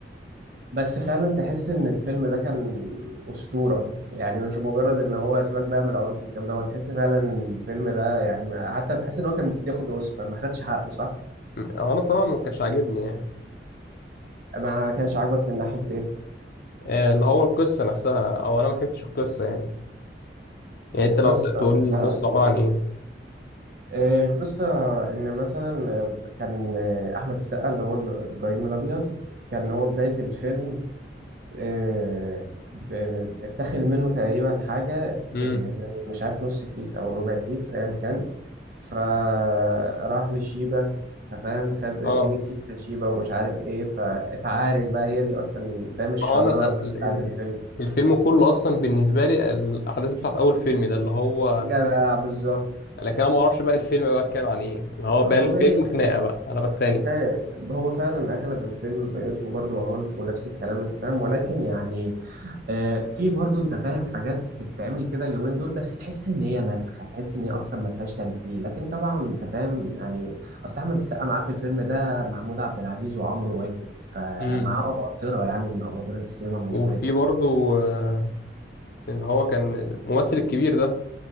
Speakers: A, on the right; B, on the left.
A: بس فعلا تحس ان الفيلم ده كان اسطوره يعني مش مجرد ان هو سيبك بقى من العنف والكلام ده هو تحس فعلا ان الفيلم ده يعني ما حتى تحس ان هو كان المفروض ياخد اوسكار ما خدش حقه صح
B: هو أنا الصراحة ما كانش عاجبني يعني
A: ما كانش عاجبك من ناحيه ايه
B: آه، اللي هو القصة نفسها أو أنا ما فهمتش القصة يعني يعني
A: القصه
B: أنت لو ت- تقول
A: نفسها
B: لي القصة عبارة عن إيه
A: آه، القصه ان مثلا آه، كان آه، احمد السقا اللي هو ابراهيم الابيض كان هو بدايه الفيلم آه، ب- اتاخد منه تقريبا حاجه
B: امم
A: آه، زي مش عارف نص كيس او ربع كيس ايا كان فراح لشيبة انت فاهم خد
B: أه
A: فين الكيس يا شيبة ومش عارف ايه فاتعارك بقى هي دي اصلا فاهم الشرارة
B: ما هو أنا ال-
A: بقى بتاعت
B: ال-
A: الفيلم
B: الفيلم كله أصلا بالنسبة لي الأحداث بتاعت أول فيلم ده اللي هو
A: جدع بالظبط
B: لكن أنا ما أعرفش بقى الفيلم بقى بيتكلم عن إيه اللي هو بقى
A: هو
B: الفيلم
A: باين
B: خناقة بقى أنا بتخانق
A: باين- هو فعلا اغلب الفيلم بيوته برضه عنف ونفس الكلام انت فاهم ولكن يعني آه، في برضه انت فاهم حاجات بتتعمل كده اليومين دول بس تحس ان هي مسخه تحس ان هي اصلا ما فيهاش تمثيل لكن طبعا انت فاهم يعني اصل احمد السقا معاه في الفيلم ده محمود عبد العزيز وعمرو واكد فمعاه
B: امم
A: اباطره يعني من اباطره السينما المصريه
B: وفي برضو آه، اللي هو كان الممثل الكبير ده